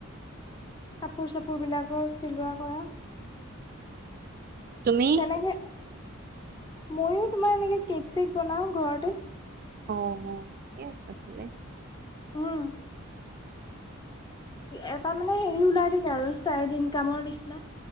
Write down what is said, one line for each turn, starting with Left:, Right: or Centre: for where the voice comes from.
Left: কাপোৰ চাপোৰবিলাকৰ চিলোৱা কৰা।
Right: তুমি?
Left: তেনেকে ময়ো তোমাৰ এনেকে কেক চেক বনাও ঘৰতে।
Right: অ', ঠিকেই আছে ভলে।
Left: উম। এটা মানে হেৰি ওলাই থাকে আৰু চাইদ ইনকামৰ নিচিনা।